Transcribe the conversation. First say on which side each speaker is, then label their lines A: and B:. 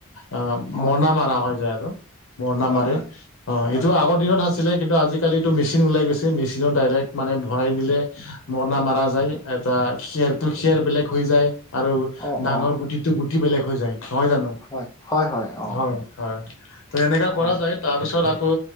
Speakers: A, on the left; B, on the left.
A: আ,
B: অ
A: মৰণা মাৰা হৈ যায় আৰু মৰণা
B: হয়
A: মাৰি।
B: হয়
A: অ,
B: হয়
A: এইটো আগৰ দিনত আছিলে, কিন্তু আজিকালি এইটো মেচিন ওলাই গৈছে, মেচিনত ডাইৰেক্ট মানে ভৰাই দিলে মৰণা মাৰা যায়, এটা খেৰটো খেৰ বেলেগ হৈ যায় আৰু
B: অ
A: ধানৰ
B: অ
A: গুটিটো গুটি বেলেগ হৈ যায়, নহয় জানো?
B: হয়, হয়, অ,
A: হয়, হয়। ত' এনেকা
B: অ,
A: কৰা যায়, তাৰপিছত আকৌ